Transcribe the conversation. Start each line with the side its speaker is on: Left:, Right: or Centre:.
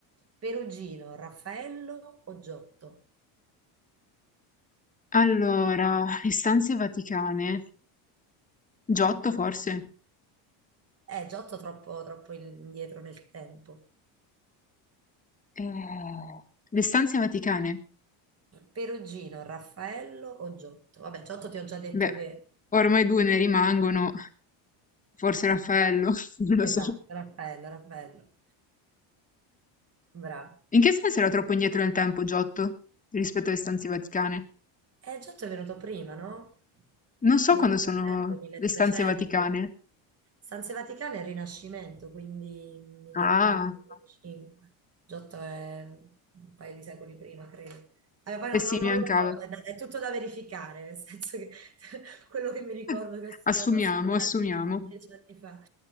Right: Perugino, Raffaello o Giotto?
Left: Allora, istanze vaticane. Giotto, forse?
Right: Eh, Giotto troppo, troppo indietro nel tempo.
Left: Eh, le stanze vaticane.
Right: Perugino, Raffaello o Giotto? Vabbè, Giotto ti ho già detto
Left: Beh,
Right: che...
Left: ormai due ne rimangono, forse Raffaello, <laughs> non lo
Right: Esatto,
Left: so.
Right: Raffaello, Raffaello. Bravo.
Left: In che senso era troppo indietro nel tempo Giotto rispetto alle stanze vaticane?
Right: Eh, Giotto è venuto prima, no?
Left: Non so
Right: 1800,
Left: quando sono
Right: 1300.
Left: le stanze vaticane.
Right: Stanze Vaticane è il Rinascimento, quindi 1400-1500.
Left: Ah,
Right: Giotto è un paio di secoli prima, credo. Allora, poi
Left: e
Right: non,
Left: sì,
Right: non-
Left: mi
Right: non
Left: mancava.
Right: lo so, è, da- è tutto da verificare, nel senso che <laughs> quello che mi ricordo
Left: <laughs>
Right: che ho studiato
Left: Assumiamo,
Right: a scuola
Left: assumiamo.
Right: die- dieci anni fa.